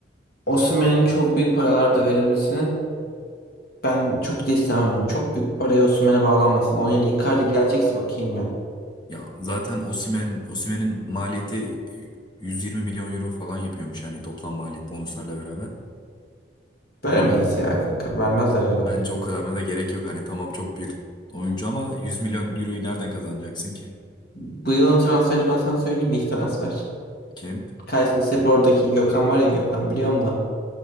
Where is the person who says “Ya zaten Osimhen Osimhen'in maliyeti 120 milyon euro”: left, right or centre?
Left